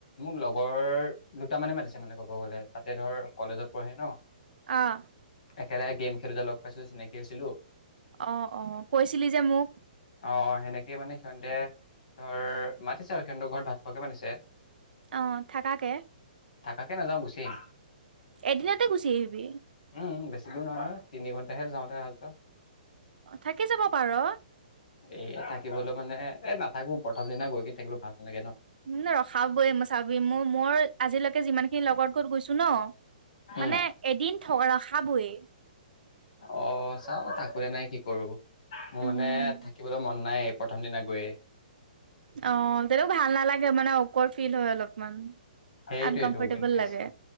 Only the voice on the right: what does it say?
আহ
অ অ কৈছিলি যে মোক
অ থাকাকে
এদিনতে গুচি আহিবি
থাকি যাব পাৰ
ম ন ৰখাবই মই চাবি মোৰ মই আজিলৈকে যিমান খিনি লগৰ ঘৰত গৈছো ন
মানে এদিন ৰখাবই
উম
অ তেনেও ভাল নালাগে মানে অফৰট ফিল হয় অলপমান
আনকমফৰ্টেবল
লাগে